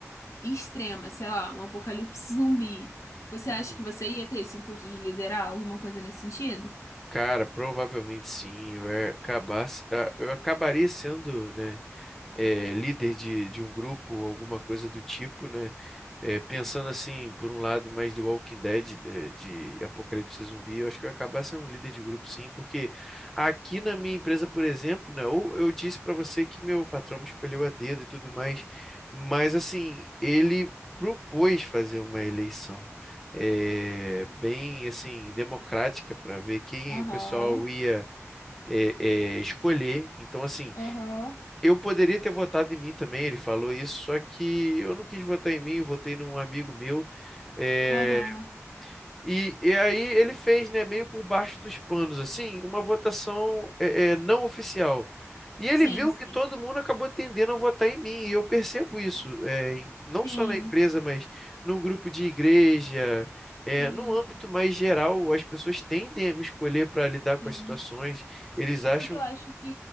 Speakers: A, on the left (about 90°); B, in the centre.
A: extrema, sei lá, um apocalipse zumbi, você
B: Uhum.
A: acha que você ia ter esse impulso de liderar alguma coisa nesse sentido?
B: Cara, provavelmente sim. Eu ia acabar, se- ah, eu acabaria sendo, né? é, líder de, de um grupo, alguma coisa do tipo, né? É, pensando assim, por um lado, mais de Walking Dead, de, de Apocalipse Zumbi, eu acho que eu ia acabar sendo um líder de grupo, sim, porque aqui na minha empresa, por exemplo, né? Ou eu disse para você que meu patrão me escolheu a dedo e tudo mais, mas assim, ele propôs fazer uma eleição. é, bem assim democrática para ver quem
A: Aham,
B: o pessoal ia é, é, escolher. Então, assim,
A: aham.
B: eu poderia ter votado em mim também, ele falou isso, só que eu não quis votar em mim, eu votei num amigo meu. é,
A: Aham.
B: E, e aí ele fez, né, meio por baixo dos panos, assim, uma votação é, é, não oficial. E ele
A: Sim,
B: viu
A: sim.
B: que todo mundo acabou tendendo a votar em mim, e eu percebo isso, é, em- não
A: Sim,
B: só na empresa, mas num grupo de igreja, é,
A: sim,
B: no âmbito mais geral, as pessoas tendem a me escolher para lidar com
A: sim.
B: as situações, eles acham.
A: É porque eu acho que